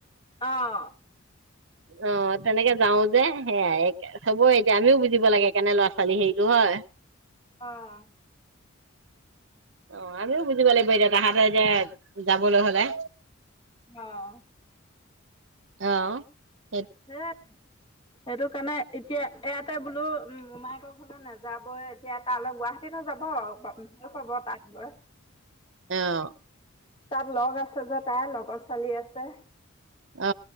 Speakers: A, on the left; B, on the right.
A: অঁ
B: অ 'তেনেকে যাও যে। সেয়াই চব এতিয়া আমিও বুজিব লাগে কেনে ল'ৰা ছোৱালী হেৰিতটো হয়।
A: অ'
B: অ' আমিও বুজিব লাগিব তাহাতঁৰ এতিয়া যাবলৈ হ'লে।
A: অ'
B: অ '
A: হম। সেইটো কাৰণে এতিয়া ইয়াতে বোলো উ মোমায়েকৰ ঘৰ লৈ নাযাবই এতিয়া তালৈ গুৱাহাটীতো যাব ভাল পাব তাক লৈ
B: অ'
A: তাত লগ আছে যে তাই লগৰ ছোৱালী আছে।
B: অ '- অ